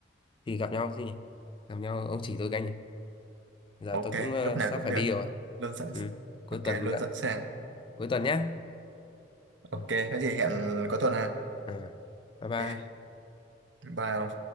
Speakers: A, on the left; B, on the right.
A: thì gặp nhau chứ nhỉ? Gặp nhau ông chỉ tôi cái nhỉ? Giờ
B: Ok,
A: tôi cũng ờ,
B: lúc nào
A: sắp
B: cũng
A: phải
B: được.
A: đi rồi.
B: Luôn sẵn
A: Ừ. Cuối
B: Ok,
A: tuần
B: luôn
A: gặp.
B: sẵn sàng.
A: Cuối tuần nhé.
B: Ok,
A: Ừ.
B: có gì hẹn cuối tuần ha.
A: Ừ. Bye bye.
B: Ok, bye. ông.